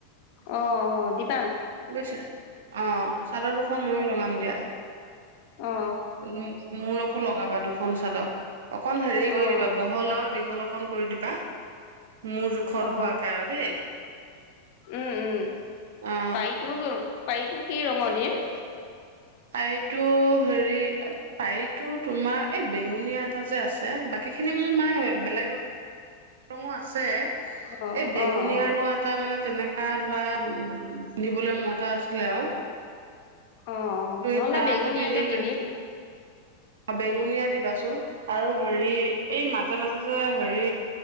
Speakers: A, on the left (about 45°); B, on the right (about 60°).
A: অ', অ', দিপ।
B: বুজিছা অ' চাদৰ দুখন ময়ো লগাম। দিয়া। উ
A: অ
B: মোৰ। আকো লগাবা দুখন চাদৰ। অকণ হেৰি কৰি
A: অ
B: দিবা বহল আৰু। দীঘল অকণ কৰি দিবা। মোৰ জোখৰ
A: অ
B: হোৱাকে আৰু দেই।
A: উম উম
B: অ
A: পাই। তোক পাৰিটো কি ৰঙৰ দিম।
B: পাৰি টো হেৰি পাৰিটো তোমাৰ এই বেঙুনীয়া এটা যে আছে বাকী খিনি মোৰ মানে বেলেগ ৰঙ আছে।
A: অ
B: এই বেঙুনীয়া
A: অ অ
B: ৰ এটা মানে তেনেকা ধৰা পিন্ধিবলৈ মোৰ এটা আছিলে আৰু।
A: অ অ
B: তুমি
A: নহ'লে
B: পাৰা
A: বেঙুনীয়াকে
B: যদি সেই
A: দি
B: তেনে
A: দিম
B: বেঙুনীয়া দিবাচোন আৰু। ধৰি এই মাছ। মাজে মাজে যে হেৰি।